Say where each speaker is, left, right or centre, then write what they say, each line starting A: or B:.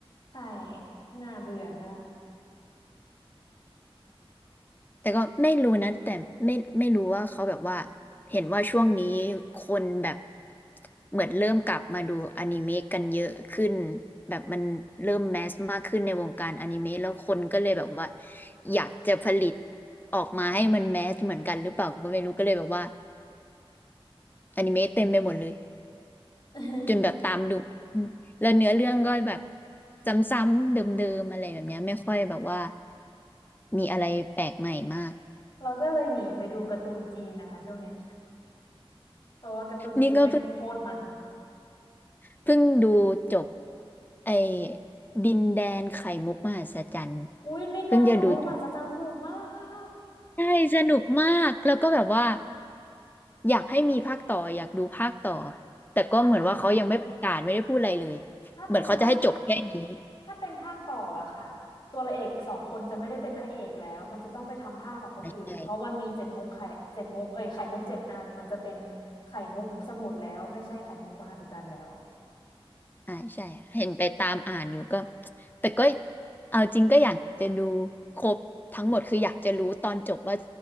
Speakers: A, on the left (about 50°); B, on the left (about 20°).
A: ใช่น่าเบื่อมาก
B: แต่ก็ไม่รู้นะ แต่ไม่ไม่รู้ว่าเขาแบบว่า เห็นว่าช่วงนี้คนแบบเหมือนเริ่มกลับมาดูอนิเมะกันเยอะขึ้น แบบมันเริ่มแมสมากขึ้นในวงการอนิเมะแล้วคนก็เลยแบบว่าอยากจะผลิตออกมาให้มันแมสเหมือนกันหรือเปล่าก็ไม่รู้ก็เลยแบบว่าอนิเมะเต็มไปหมดเลย
A: <laughs>
B: จนแบบตามดูอืมแล้วเนื้อเรื่องก็แบบซ้ำๆเดิมๆอะไรแบบเนี้ยไม่ค่อยแบบว่ามีอะไรแปลกใหม่มาก
A: เราก็เลยหนีไปดูการ์ตูนจีนนะคะช่วงเนี้ย <laughs> เพราะว่าการ์ตูนจีนแม่งโคตรมัน
B: นี่ก็เพิ่งเพิ่งดูจบไอ้ดินแดนไข่มุกมหัศจรรย์
A: อุ้ยลินแดนสายมุกมหัศจรรย์สนุกมา
B: เพิ่งจะดูจบ
A: ก
B: ใช่สนุกมากแล้วก็แบบว่าอยากให้มีภาคต่ออยากดูภาคต่อแต่ก็เหมือนว่าเขายังไม่ประกาศไม่ได้พูดอะไรเลย
A: ถ้าถ้าเป็นภาค
B: เหมือนเขาจะให้จบแค่นี้
A: ถ้าเป็นภาคต่ออะค่ะตัวละเอกสองคนจะไม่ได้เป็นพระเอกแล้วมันจะต้องไปทำภาคของคนอื่นเพราะมันมีเจ็ดมุกไข่เจ็ดมุกเอ้ยไข่มุกเจ็ดอันมันจะเป็น
B: ใช่
A: ไข่มุกสมุดแล้วไม่ใช่ไข่มุกมหัศจรรย์แล้ว
B: ใช่าใช่เห็นไปตามอ่านอยู่ก็แต่ก็เอาจริงก็อยากจะดูครบทั้งหมดคืออยากจะรู้ตอนจบว่า